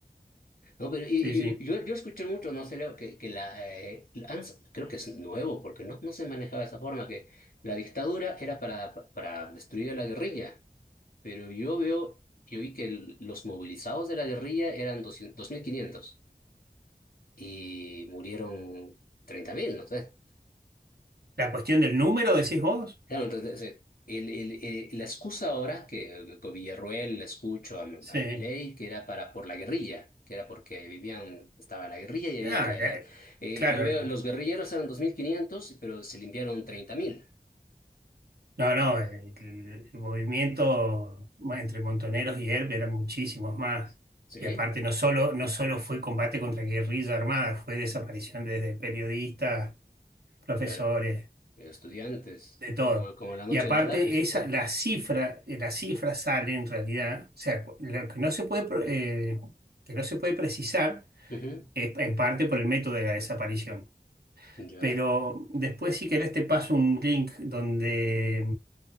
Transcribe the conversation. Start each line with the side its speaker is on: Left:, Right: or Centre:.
Left: No, pero y- y
Right: Sí, sí.
Left: yo, yo, yo escuché mucho, no sé, Leo, que, que la, eh, la ANS, creo que es nuevo, porque no, no se manejaba de esa forma, que la dictadura era para, para destruir a la guerrilla, pero yo veo, yo vi que el- los movilizados de la guerrilla eran doscientos dos mil quinientos y murieron 30.000, no sé.
Right: La cuestión del número, decís vos.
Left: Claro, entonces, eh, el- el- el- la excusa ahora que con Villarruel la escucho a, mi-
Right: Sí.
Left: a Milei, que era para por la guerrilla, que era porque vivían, estaba la guerrilla y había
Right: Ah,
Left: que
Right: ya,
Left: eh,
Right: claro,
Left: yo veo
Right: eh,
Left: los guerrilleros eran 2.500 pero se limpiaron treinta mil,
Right: No, no, el, el movimiento bueno, entre Montoneros y ERP eran muchísimos más.
Left: ¿sí?
Right: Y aparte no solo, no solo fue combate contra guerrilla armada, fue desaparición desde periodistas, profesores,
Left: Claro, estudiantes,
Right: de todo.
Left: como como la noche
Right: Y aparte
Left: de los lápices,
Right: esa,
Left: ¿no?
Right: la cifra, la cifra sale en realidad, o sea, cu- lo que no se puede, pro- eh, que no se puede precisar
Left: Ujú,
Right: es en parte por el método de la desaparición.
Left: Ya.
Right: Pero después si querés te paso un link donde